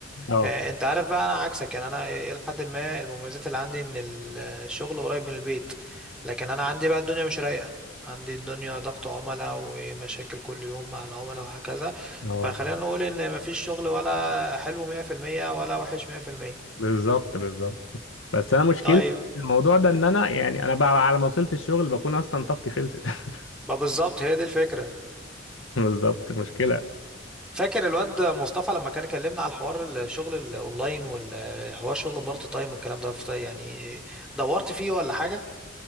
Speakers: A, on the left (about 85°); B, in the centre.
A: اه
B: آه، انت عارف بقى انا عكسك يعني انا الى حد ما المميزات اللي عندي ان ال- الشغل قريب من البيت لكن انا عندي بقى الدنيا مش رايقه عندي الدنيا ضغط عملاء ومشاكل كل يوم مع العملاء وهكذا
A: اه
B: فخلينا نقول ان مفيش شغل ولا حلو 100% ولا وحش 100%
A: بالظبط بالظبط بس انا مشكلتي
B: طيب
A: في الموضوع ده ان انا يعني انا بقى على ما وصلت الشغل بكون اصلا طاقتي خلصت <laughs>
B: ما بالظبط هي دي الفكره
A: بالظبط مشكله
B: فاكر الواد مصطفى لما كان كلمنا على الحوار الشغل الاونلاين والحوار شغل بارت تايم والكلام ده يعني دورت فيه ولا حاجه